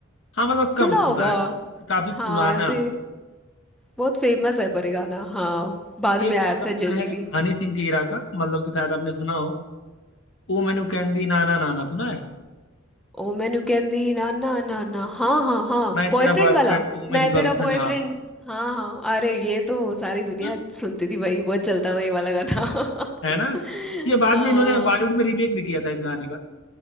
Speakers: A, on the left; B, in the centre.
A: हाँ मतलब कम
B: सुना होगा
A: सुना है काफी
B: हाँ
A: पुराना
B: ऐसे बहुत फेमस है पर ये गाना हाँ बाद
A: एक
B: में आया
A: और गाना
B: था जेजी
A: है
B: भी
A: हनी सिंह के इरा का मतलब कि शायद आपने सुना हो ओ मैनू कहंदी नाना नाना सुना है
B: ओ मैं नुकेंदी ना ना ना ना हाँ हाँ हाँ
A: मैं तेरा
B: बॉयफ्रेंड
A: बॉयफ्रेंड
B: वाला
A: तू मेरी
B: मैं तेरा
A: गर्लफ्रेंड
B: बॉयफ्रेंड
A: हाँ
B: हाँ हाँ अरे ये तो सारी दुनिया
A: हम्म,
B: सुनती थी भाई बहुत चलता था ये वाला गाना
A: है
B: <laughs>
A: ना ये बाद
B: हाँ
A: में इन्होंने बॉलीवुड में रीमेक भी किया था इस गाने का